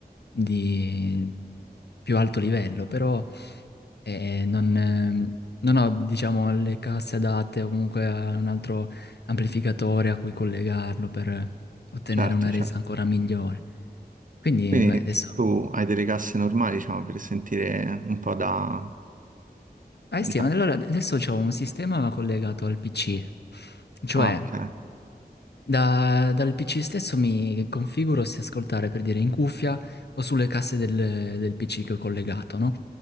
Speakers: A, on the left; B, on the right.
A: di più alto livello, però eh, non, ehm, non ho, diciamo, le casse adatte o comunque a un altro amplificatore a cui collegarlo per ottenere
B: Certo,
A: una resa
B: certo.
A: ancora migliore. Quindi,
B: Quindi
A: beh, adesso
B: tu hai delle casse normali, diciamo, per sentire un po' da...
A: Ah
B: diciamo...
A: sì, ma allora adesso c'ho un sistema collegato al PC, cioè
B: Ah, ok.
A: da- dal PC stesso mi configuro se ascoltare per dire in cuffia o sulle casse del, del PC che ho collegato, no?